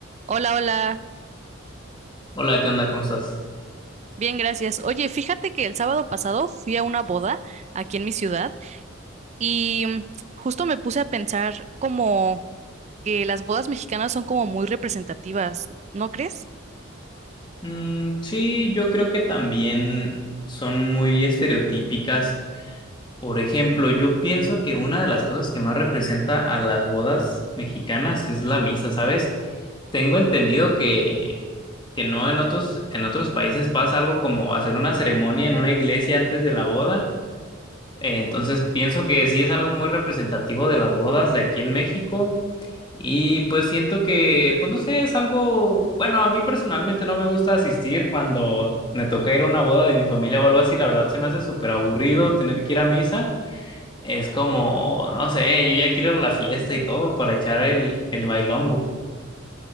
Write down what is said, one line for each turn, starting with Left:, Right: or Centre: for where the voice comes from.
Right: Hola, hola.
Left: Hola, ¿qué onda? ¿Cómo estás?
Right: Bien, gracias. Oye, fíjate que el sábado pasado fui a una boda aquí en mi ciudad y mm, justo me puse a pensar como que las bodas mexicanas son como muy representativas, ¿no crees?
Left: Mm, sí, yo creo que también son muy estereotípicas. Por ejemplo, yo pienso que una de las cosas que más representa a las bodas mexicanas es la misa, ¿sabes? Tengo entendido que, que no en otros, en otros países pasa algo como hacer una ceremonia en una iglesia antes de la boda Eh, Entonces pienso que sí es algo muy representativo de las bodas de aquí en México y pues siento que, pues no sé, es algo, bueno, a mí personalmente no me gusta asistir cuando me toca ir a una boda de mi familia o algo así, la verdad se me hace súper aburrido tener que ir a misa, es como, no sé, yo ya quiero ir a la fiesta y todo para echar el, el bailongo